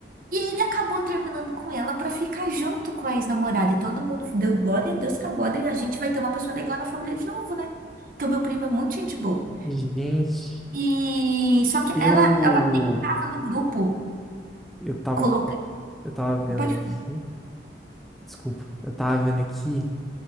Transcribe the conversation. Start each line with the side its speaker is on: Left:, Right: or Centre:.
Right: E ele acabou terminando com ela pra ficar junto com a ex-namorada. E todo mundo deu glória a Deus que agora a gente vai ter uma pessoa legal na família de novo, né? Porque o meu primo é muito gente boa.
Centre: Gente,
Right: E só que
Centre: eu
Right: ela, ela tava no grupo.
Centre: eu tava
Right: Colocar.
Centre: eu tava vendo
Right: Pode...
Centre: aqui, desculpa, eu tava vendo aqui